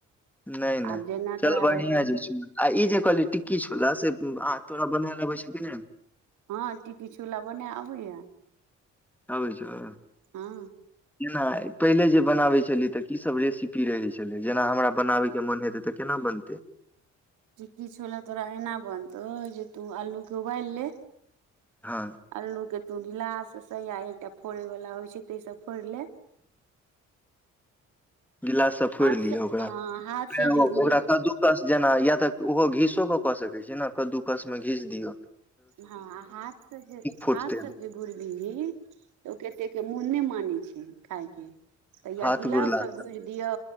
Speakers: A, in the centre; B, on the right.
A: नहि नहि
B: आब जेना
A: चल
B: तोरा
A: बढ़िया छै चु <unintelligible> आ ई जे कली टिकी छौला से तोरा बनै लबै छौ कि ने
B: हँ टीकी छोला बनै आबैया
A: आबै छौनाहि
B: हँ
A: पहिले जे बनाबे छलियै तऽ की सब रेसिपी रहै छलै जेना हमरा बनाबै के मन हेतै तऽ केना बनतै
B: जे किछु लए तोरा एना बनतौ जे तू आलूकेँ उबाइल ले
A: हँ
B: आलोग तू गिलाससँ या एकटा फोड़ै वला होइ छै तैइ सब फोइड़ ले <inaudible>
A: गिलास से फोड़
B: हाथ
A: लिय ओकरा
B: हँ हाथ
A: फे
B: से जे
A: ओकरा
B: गुड़े
A: कद्दू कस जेना या तऽ ओहो घीस तो को क सकै छै न कदू कस मे घीच दिय
B: हँ हाथ से जे
A: फुटतै
B: हाथ से जे घुरबी तऽ ओ कते के मु नै मानै छै खाय के त
A: हाथ
B: गिलास
A: गुड़ला
B: गूइर दियौ